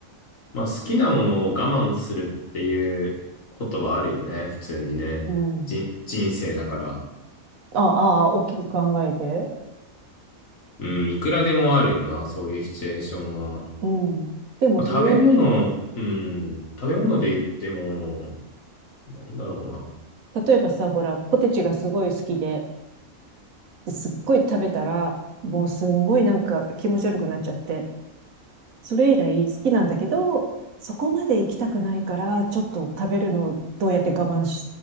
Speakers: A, on the left (about 70°); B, on the right (about 75°).
A: まあ、好きなものを我慢するっていうことはあるよね。普通にね。
B: うん。
A: じ、人生だから。
B: ああ、大きく考えて。
A: うん、いくらでもあるよな、そういうシチュエーションは。
B: うん。でもそれを、
A: まあ食べ物、うん、食べ物で言っても、なんだろ
B: 例えばさ、ほら、ポテチがすごい好きで、ですっごい食べたら、もうすんごいなんか気持ち悪くなっちゃって、それ以来好きなんだけど、そこまで行きたくないから、ちょっと食べるのをどうやって我慢し、